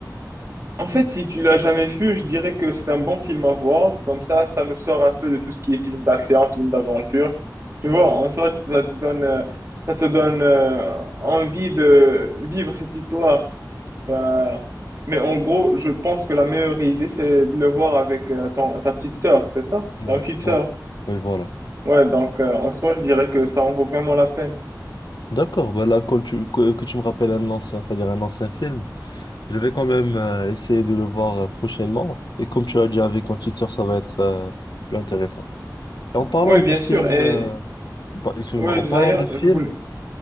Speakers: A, on the right; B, on the left.
A: En fait, si tu l'as jamais vu, je dirais que c'est un bon film à voir. Comme ça, ça nous sort un peu de tout ce qui est film d'action, film d'aventure. Tu vois, en soi, ça te donne, euh, ça te donne euh, envie de vivre cette histoire. Ben, mais en gros, je pense que la meilleure idée, c'est de le voir avec euh, ton- ta petite sœur, c'est ça?
B: Ouais,
A: Ta petite sœur.
B: ouais. Oui, voilà.
A: Ouais, donc euh, en soi, je dirais que ça en vaut vraiment la peine.
B: D'accord, ben là, quand tu, que, que tu me rappelles un ancien, c'est-à-dire un ancien film, je vais quand même euh, essayer de le voir euh, prochainement. Et comme tu as dit avec ma petite sœur, ça va être euh, plus intéressant. Et en parlant
A: Oui,
B: de
A: bien
B: films,
A: sûr. Et
B: euh, bah, excuse-moi,
A: ouais,
B: en parlant
A: d'ailleurs,
B: de films,
A: je voulais.